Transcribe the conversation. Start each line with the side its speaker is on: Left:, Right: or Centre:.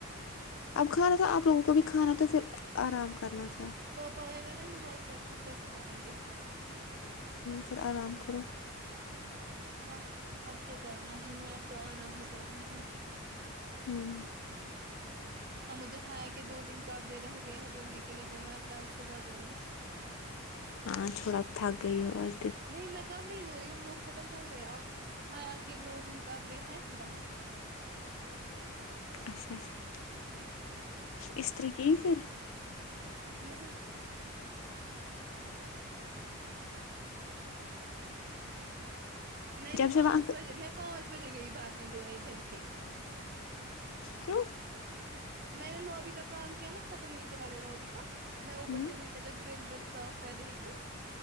Left: اب کھانا تھا آپ لوگوں کو بھی کھانا تو پھر آرام کرنا تھا
Right: پاپا آے گا نا نماز پڑ کے پھر کھائیں گے
Left: پھر آرم کرو
Right: ہاں اب کیا کرنا ہی ہے اب تو اور آگے کرنا ہے
Left: ہوں
Right: ہاں مجھے ہایا کہ دو تین کپڑے رہ گئے ہیں دھونے کے لیے وہ میں اب کب صبح دھوگی
Left: ہاں تھوڑا تھک گئی ہو اور
Right: نہیں میں کپڑے دهو رہی ہوں وہ ختم ہو گیا اب ہایا کہ دو تین کپڑے ہیں بس
Left: اچھا اچھا استری کی پھر
Right: نہیں میں
Left: جب
Right: نے پانچ
Left: سے وہاں
Right: بجے میں پانچ بجے گئی برتن دھونے جن کے
Left: کیوں
Right: میں نے لوبی کا کام کیا نا ختم نیچے والے لوبی کا میں اوپر
Left: ہوں
Right: سے نیچے تک ڈرل ول صاف کر رہی تھی